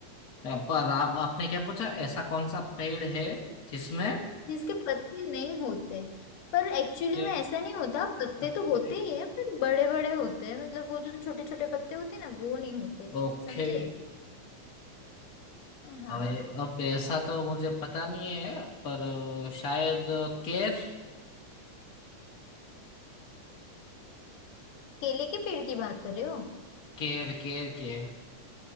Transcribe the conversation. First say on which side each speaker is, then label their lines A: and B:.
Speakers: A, on the left; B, on the left.
A: पर आप आपने क्या पूछा ऐसा कौन सा पेड़ है जिसमें
B: जिसके पत्ते नहीं होते पर एक्चुअली
A: के
B: में ऐसा नहीं होता पत्ते
A: पत्ते
B: तो होते ही है पर बड़े बड़े होते हैं मतलब वो जो छोटे छोटे पत्ते होते हैं ना वो नहीं होते
A: ओके
B: समझे हाँ
A: अब अब ऐसा तो मुझे पता नहीं है पर शायद केर
B: केले के पेड़ की बात कर रहे हो
A: केर केर के